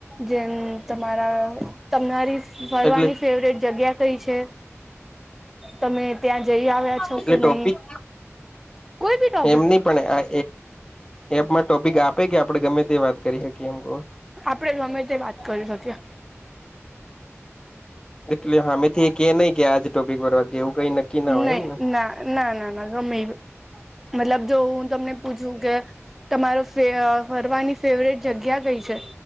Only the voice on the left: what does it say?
એટલે
એટલે
ટોપિક
એમની પણ આ એપમાં ટોપિક આપ કે આપણે ગમે તે વાત કરી શકીએ એમ ક
એટલે હમેથી કે નહી કે આજે ટોપિક ભરવાથી એવું. કઈ નક્કી ના હોય
એમ ને